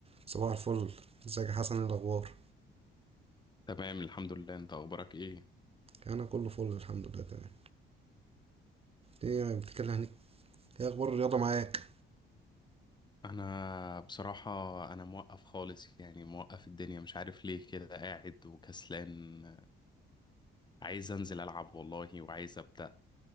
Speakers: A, on the right; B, on the left.
A: صباح الفل ازيك يا حسن ايه الاخبار
B: تمام الحمد لله انت اخبارك ايه
A: انا كله فل الحمد لله تمام ايه يعني بتتكلم عن ايه إيه اخبار الرياضه معاك
B: انا بصراحة انا موقف خالص يعني موقف الدنيا مش عارف ليه كده قاعد وكسلان عايز انزل العب والله وعايز ابدأ